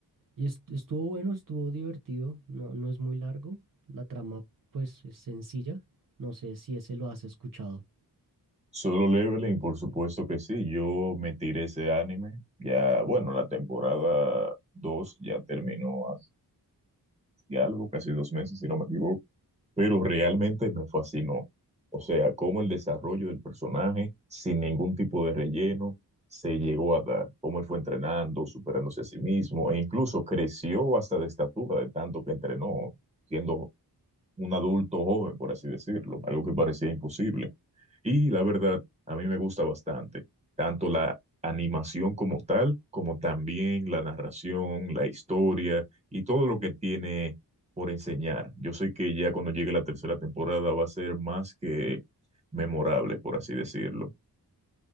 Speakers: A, on the right (about 55°); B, on the right (about 15°).
A: Y est- estuvo bueno, estuvo divertido, no, no es muy largo, la trama pues es sencilla, no sé si ese lo has escuchado.
B: Solo Leveling, por supuesto que sí. Yo me tiré ese anime. Ya, bueno, la temporada 2 ya terminó hace algo, casi dos meses, si no me equivoco. pero realmente me fascinó. O sea, cómo el desarrollo del personaje, sin ningún tipo de relleno, se llegó a dar, cómo él fue entrenando, superándose a sí mismo, e incluso creció hasta de estatura de tanto que entrenó, siendo un adulto joven, por así decirlo, algo que parecía imposible. Y la verdad, a mí me gusta bastante, tanto la animación como tal, como también la narración, la historia y todo lo que tiene por enseñar. Yo sé que ya cuando llegue la tercera temporada va a ser más que memorable, por así decirlo.